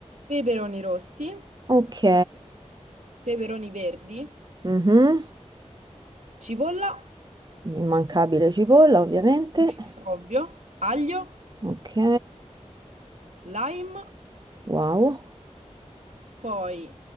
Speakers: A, on the right; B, on the right.
A: peperoni rossi,
B: Ok,
A: peperoni verdi,
B: mhm.
A: cipolla,
B: Immancabile cipolla, ovviamente.
A: <laughs> ovvio, aglio,
B: Ok,
A: lime,
B: wow.
A: poi